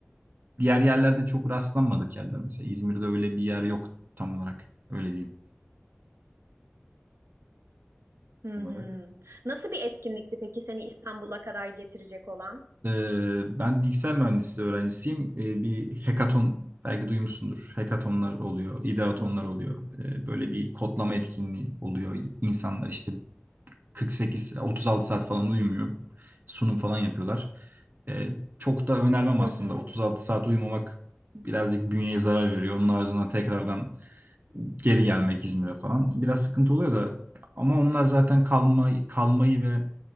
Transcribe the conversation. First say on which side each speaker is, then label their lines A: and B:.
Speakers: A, on the right; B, on the right.
A: Diğer yerlerde çok rastlanmadık yerler. Mesela İzmir'de öyle bir yer yok tam olarak. Öyle diyeyim
B: Hı
A: olarak.
B: hı. Nasıl bir etkinlikti peki seni İstanbul'a kadar getirecek olan?
A: Ee, ben bilgisayar mühendisliği öğrencisiyim. Ee, bir hackathon belki duymuşsundur. Hackathonlar oluyor, ideatonlar
B: Hı
A: oluyor.
B: hı.
A: Ee, böyle bir kodlama etkinliği oluyor. İnsanlar işte 48-36 saat falan uyumuyor. Sunum falan yapıyorlar. Ee, çok da önermem
B: Hı
A: aslında.
B: hı.
A: 36 saat uyumamak birazcık bünyeye zarar veriyor. Onun ardından tekrardan geri gelmek İzmir'e falan biraz sıkıntı oluyor da ama onlar zaten kalma, kalmayı ve